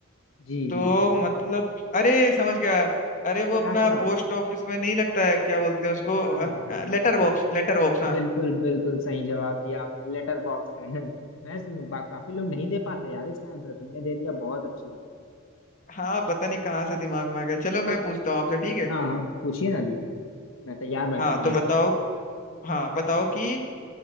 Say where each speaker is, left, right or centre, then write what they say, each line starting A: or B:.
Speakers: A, on the left; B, on the left.
A: जी
B: तो
A: जी
B: मतलब अरे समझ गया अरे वो
A: क्या
B: अपना
A: क्या
B: पोस्ट ऑफिस में नहीं लगता है क्या बोलते हैं उसको
A: हाँ हाँ
B: लेटर बॉक्स लेटर बॉक्स हाँ
A: बिल्कुल बिल्कुल सही जवाब दिया आपने लेटर बॉक्स है <laughs> मैं सुन- बा- काफी लोग नहीं दे पाते यार इसका आंसर तुमने दे दिया बहुत अच्छी बात
B: हाँ पता नहीं कहाँ से दिमाग में आ गया चलो मैं पूछता हूँ आपसे ठीक है
A: है हाँ आप पूछिए ना जी मैं तैयार बैठा
B: हाँ
A: हूँ
B: तो
A: यहाँ
B: बताओ हाँ बताओ कि आ,